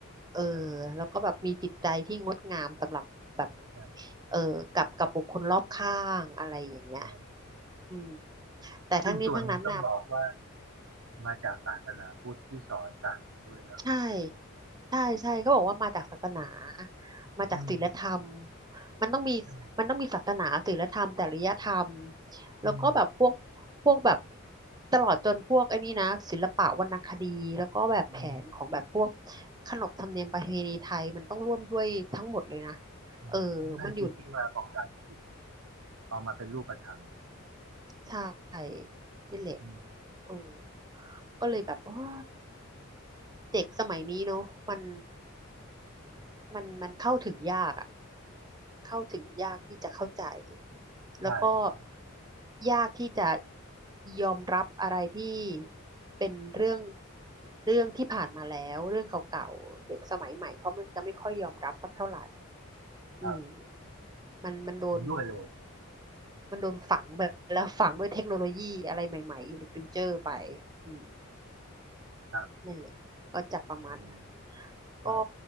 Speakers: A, on the right; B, on the right.
A: เออ
B: ใช่
A: แล้วก็แบบมีจิตใจที่งดงามสำหรับแบบ
B: ใช่
A: เออกับกับบุคคลรอบข้างอะไรอย่างเงี้ย
B: ใช่ใช่
A: อืมแต่ทั้งนี้ทั้งนั้นนะ
B: ซึ่งส่วนหนึ่งต้องบอกว่ามาจากศาสนาพุทธที่สอนสั่งมาด้วยเนอะ
A: ใช่ใช่ใช่ก็บอกว่ามาจากศาสนามาจากศีลธรรม
B: อืม
A: มันต้องมี
B: ใช่
A: มันต้องมีศาสนาศีลธรรมจริยธรรมแล้วก็แบบพวก
B: อืม
A: พวกแบบตลอดจนพวกไอ้นี่นะศิลปะวรรณคดีแล้วก็แบบแผนของแบบพวก
B: อืม
A: ขนบธรรมเนียมประเพณีไทยมันต้องร่วมด้วยทั้งหมดเลยนะ
B: อืมนั่นคือที่มาของการปฏิบัติ
A: เออมัน
B: เอามาเป็นรูปธรรม
A: ใช่นี่แหละ
B: อืม
A: เออก็เลยแบบว่าเด็กสมัยนี้เนอะมันมันมันเข้าถึงยากอะ เข้าถึงยากที่จะเข้าใจ
B: ใช่
A: แล้วก็
B: ใช่
A: ยากที่จะยอมรับอะไรที่เป็นเรื่องเรื่องที่ผ่านมาแล้วเรื่องเก่าๆเด็กสมัยใหม่เขาจะไม่ค่อยยอมรับสักเท่าไหร่
B: ครับ
A: อืมมันมันโดน
B: เห็นด้วยเลย
A: มันโดนฝังไปแล้วฝังด้วยเทคโนโลยีอะไรใหม่ๆ in the future ไปอืม
B: ครับ
A: นั่นแหละก็จะประมาณนั้น
B: อืมใช่
A: ก็